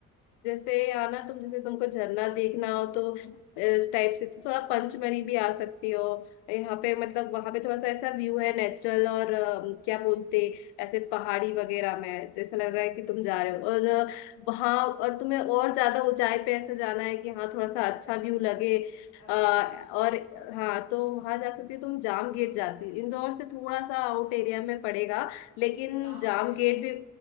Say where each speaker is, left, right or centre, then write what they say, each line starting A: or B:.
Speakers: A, on the left; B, on the left.
A: जैसे आना तुम जैसे तुमको झरना देखना हो तो इस टाइप से तो थोड़ा पंचमढ़ी भी आ सकती हो यहाँ पे मतलब वहां पे थोड़ा सा ऐसा व्यू है नेचुरल और अ, क्या बोलते ऐसे पहाड़ी वगैरह में जैसा लग रहा है कि तुम जा रहे हो और अ, वहाँ और तुम्हें और ज्यादा ऊंचाई पे ऐसे जाना है कि हाँ थोड़ा सा अच्छा व्यू लगे
B: अच्छा
A: अ, और हाँ तो वहां जा सकती हो तुम जाम गेट जाती हो इंदौर से थोड़ा सा आउट एरिया में पड़ेगा लेकिन
B: अच्छा जाम
A: जाम
B: गेट
A: गेट भी